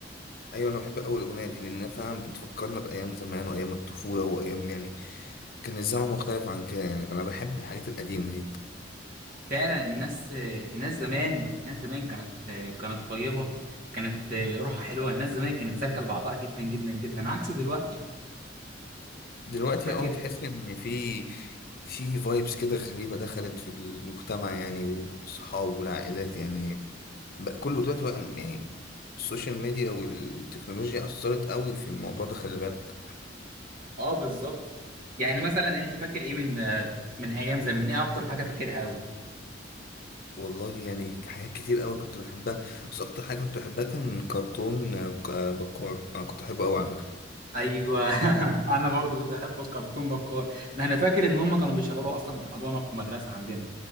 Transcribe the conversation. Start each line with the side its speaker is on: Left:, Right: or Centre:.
Left: ايوه انا بحب اول الاغنيه دي لان فعلا بتفكرنا بايام زمان وايام الطفوله وايام يعني كان الزمن مختلف عن كده يعني فانا بحب الحاجات القديمه دي
Right: فعلا الناس الناس زمان الناس زمان كانت كانت طيبة كانت روحها حلوة الناس زمان كانت سالكة لبعضها جدا جدا جدا عكس دلوقتي
Left: دلوقتي
Right: فاكر
Left: اه تحس ان في في فايبس كده غريبه دخلت في المجتمع يعني والصحاب والعائلات يعني بقى كله دلوقتي بقى يعني السوشيال ميديا والتكنولوجيا اثرت قوي في الموضوع ده خلي بالك
Right: اه بالظبط يعني مثلا انت فاكر ايه من من ايام زمان ايه اكتر حاجة فاكرها قوي
Left: والله يعني حاجات كتير قوي كنت بحبها بس اكتر حاجه كنت بحبها كان كرتون آه، ك- آه، بكار انا كنت بحبه قوي على فكره
Right: ايوه <laughs> انا برضو كنت بحب الكرتون بكار ده انا فاكر ان هم كانوا بيشغلوه اصلا في الحضانة في المدرسة عندنا